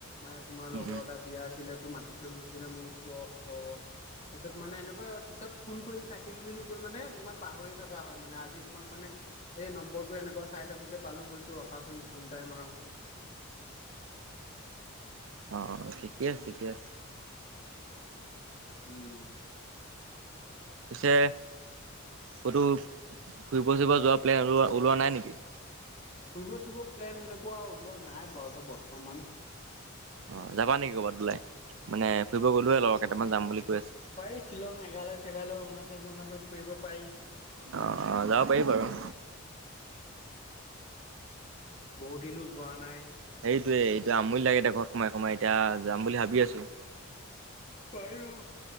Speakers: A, on the left; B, on the right.
A: মায়ে তোমাৰ
B: উম,
A: লগৰ
B: উম,
A: এটা বিয়া আছিলে তো মাতি থৈ গৈছিলে মো অহ হহ। তাছত মানে এনেকা পিছত ফোন কৰিম থাকিম বুলি কৈ মানে তোমাৰ পাহৰিয়ে থকা হয় মানে আজি তোমাক মানে এই নম্বৰটো এনেকুৱা চাই থাকোতে পালোঁ মইছো ৰখাচোন ফোনটাই মাৰোঁ
B: অ ঠিকে আছে দিয়া।
A: উম
B: পিছে ক'তো ফুৰিব চুইব যোৱা প্লেন ওলোৱা ওলোৱা নাই নেকি?
A: ফুৰিব চুৰিব প্লেন সেনেকুৱা ওলোৱা নাই বাৰুতে বৰ্তমান।
B: অ যাবা নেকি ক'ৰবাত ওলাই মানে ফুৰিব গ'লোহে লগৰ কেইটামান যাম বুলি কৈ আছে
A: পাৰি শ্বিলং মেঘালয় চেঘালয় অৰুণাচল চৰুণাচল ফুৰিব পাৰি।
B: অ অ যাব পাৰি বাৰু।
A: বহু দিনো যোৱা নাই
B: সেইটোৱে এইটো আমূলি লাগে দে ঘৰত সোমাই সোমাই এতিয়া যাম বুলি ভাবি আছো।
A: পাৰি অঁ